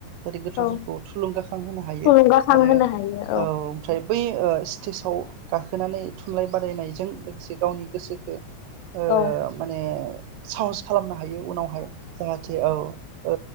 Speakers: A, on the right; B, on the left.
A: <unintelligible> गथफोरखौ
B: औ
A: थुलुंगाखां होनो‌ हायो
B: थुलुंगाखां
A: आरो
B: होनो हायो
A: औ ओमफ्राय बै ओ स्टेजाव गाखोनानै थुनलाइ बादायनायजों लोगोसे गावनि गोसोखो ओ
B: औ
A: माने ओ साहस खालामना हायो उनावहाय। जाहाथे औ ओ